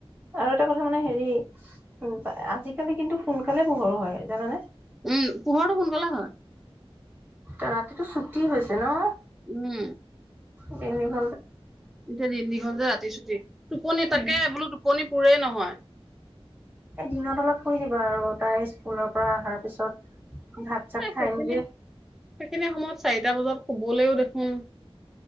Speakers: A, on the right (about 20°); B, in the centre.
A: আৰু এটা কথা মানে হেৰি- ‌ উম- আজিকালি কিন্তু সোনকালে পোহৰ হয় জানানে
B: উম পোহৰটো সোনকালে হয়।
A: ত' ৰাতিতটো ছুটি হৈছে ন'।
B: উম
A: বেনী <unintelligible>
B: এতিয়া দিন দীঘল যে ৰাতি চুটি। টোপনি তাকে
A: উম,
B: বোলো টোপনি পোৰে নহয়
A: দিনত অলপ শুই দিবা আৰু তাই স্কুলৰ পৰা আহাৰ পিছত ভাত চাত
B: হে
A: খাই
B: সেইখিনি
A: মেলি
B: সেইখিনি সময়ত চাৰিটা বজাত শুবলৈও দেখোন